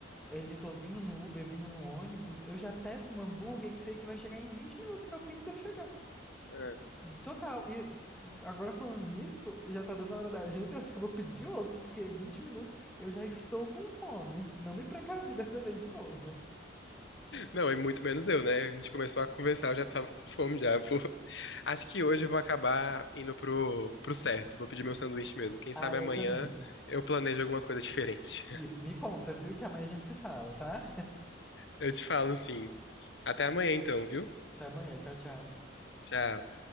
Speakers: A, in the centre; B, on the left.
A: ele tô vindo no Uber, vindo no ônibus, eu já peço um hambúrguer que sei que vai chegar em 20 minutos, que é o tempo de eu chegar.
B: É.
A: Total. E agora falando nisso, já tá dando a hora da janta, eu acho que eu vou pedir outro, porque é 20 minutos eu já estou com fome. Não me precavi dessa vez de novo.
B: Não, é muito menos eu, né? A gente começou a conversar, eu já tava com fome já. Vou- Acho que hoje eu vou acabar indo pro, pro certo. Vou pedir meu sanduíche mesmo. Quem
A: Ah,
B: sabe
A: eu
B: amanhã
A: também.
B: eu planejo alguma coisa diferente. <laughs>
A: Isso, me conta, viu? Que amanhã a gente se fala, tá?
B: Eu te falo sim. Até amanhã então, viu?
A: Até amanhã, tchau, tchau.
B: Tchau.